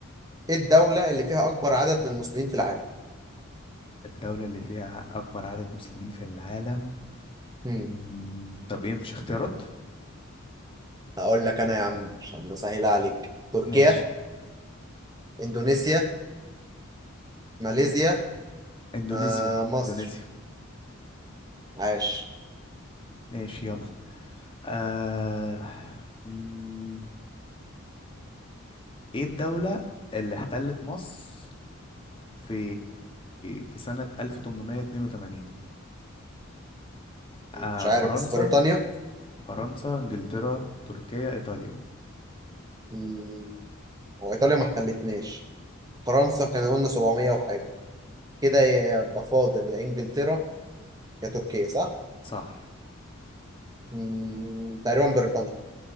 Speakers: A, on the right (about 20°); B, on the left (about 25°).
A: ايه الدوله اللي فيها اكبر عدد من المسلمين في العالم
B: الدولة اللي فيها أكبر عدد مسلمين في العالم
A: مم،
B: مم. طب إيه مفيش اختيارات
A: هقول لك انا يا عم عشان اسهل عليك تركيا
B: ماشي
A: اندونيسيا ماليزيا
B: إندونيسيا
A: آه، مصر
B: إندونيسيا
A: عاش
B: ماشي يلا آه. مم. إيه الدولة اللي احتلت مصر في في سنة 1882 آه
A: مش عارف
B: فرنسا
A: بس بريطانيا
B: فرنسا انجلترا تركيا ايطاليا
A: مم، وإيطاليا ما احتلتناش فرنسا كان قلنا 700 وحاجة كده يبقى فاضل يا إنجلترا يا تركيا صح؟
B: صح
A: مم، تقريبا بريطانيا